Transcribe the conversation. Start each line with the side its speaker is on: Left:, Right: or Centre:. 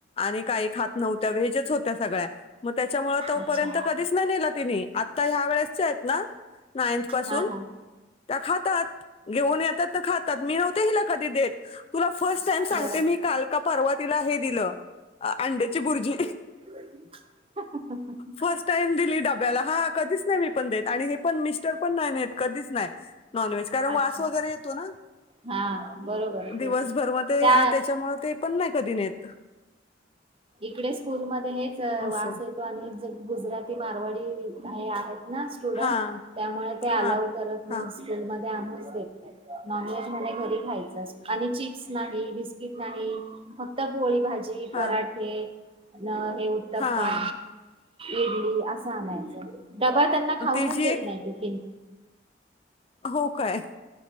Left: आणि काही खात नव्हत्या वेजच होत्या सगळ्या म त्याच्यामुळ तोपर्यंत
Right: अच्छा
Left: कधीच नाय न्हेला तिनि आता ह्या वेळेस च्या हायत ना नाथ पासून
Right: हा हा
Left: त्या खातात घेऊन येतात ना खातात मी नव्हते हिला कधी देत. तुला फर्स्ट टाईम सांगते
Right: बरोबर
Left: मी काल का परवा तिला हे दिलं अंड्याची बूर्जी.
Right: लाईट गेली? <inaudible>
Left: फर्स्ट टाईम दिली डब्याला हा कधीच नाय मी पण देत आणि हे पण मिस्टर पण नाय न्हेत कधीच नाय. नॉन व्हेज कारण वास
Right: अच्छा
Left: वगैरे येतो ना.
Right: हा बरोबर
Left: दिवसभर
Right: तेच
Left: म ते
Right: त्या
Left: त्याच्यामूळ ते पण नाय कधी न्हेत.
Right: इकडे स्कूलमध्ये हेच
Left: असं
Right: वास येतो आणि ज गुजराती मारवाडी हे आहेत. ना स्टुडंट
Left: हा
Right: त्यामुळे ते अलाव
Left: हा
Right: करत नाय
Left: हा
Right: स्कूलमध्ये आमहीच देत नाय. नॉनव्हेज म्हणे घरी खायच आणि चिप्स नाही बिस्किट नाही फ क्त पोळी भाजी
Left: हा
Right: पराठे अन् हे उत्तप्पा.
Left: हा
Right: इडली असं आणायचं डबा त्यांना खाऊनच
Left: तिची
Right: देत
Left: एक
Right: नाय टिफीन.
Left: हो काय?